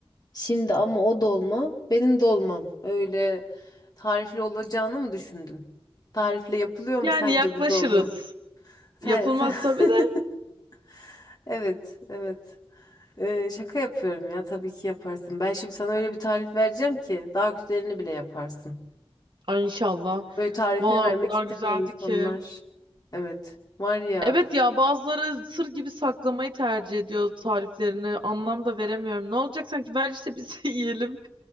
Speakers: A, on the left; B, on the right.
A: şimdi ama o dolma benim dolmam. Öyle tarifli olacağını mı düşündün? Tarifle yapılıyor mu
B: Yani
A: sence
B: yaklaşırız.
A: bu dolma? Sen,
B: Yapılmaz
A: sen...
B: tabii
A: <laughs>
B: de.
A: Evet, evet. Ee, şaka yapıyorum ya tabii ki yaparsın. Ben şimdi sana öyle bir tarif vereceğim ki daha güzelini bile yaparsın.
B: Ay inşallah.
A: Böyle tarifini
B: Vallahi
A: vermek
B: o kadar
A: istemeyen
B: güzeldi
A: insanlar.
B: ki.
A: Evet. Var ya
B: Evet ya bazıları sır gibi saklamayı tercih ediyor tariflerini. Anlam da veremiyorum. Ne olacak sanki ver işte biz <laughs> yiyelim.